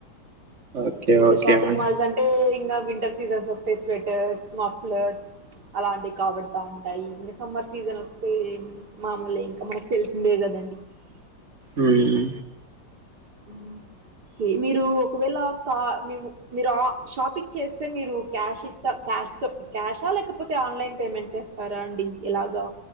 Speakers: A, on the right; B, on the right.
A: ఓకే
B: ఇంక
A: ఓకే
B: షాపింగ్
A: మేడం
B: మాల్స్ అంటే ఇంగ వింటర్ సీజన్స్ వస్తాయి స్వెటర్స్ మఫ్లర్స్ అలాంటివి కాబడ్తా ఉంటాయి మిస్మర్స్ సీజన్ వస్తే మామూలే ఇంక మానక్ తెలిసిందే కదండి
A: మ్మ్.
B: ఉమ్ కి మీరు ఒకవేళా కా మేము మీర ఆ షాపింగ్ చేస్తే మీరు క్యాష్ ఇస్తా క్యాష్ తో క్యాషా లేకపోతే ఆన్లైన్ పేమెంట్ చేస్తారా అండి ఎలాగా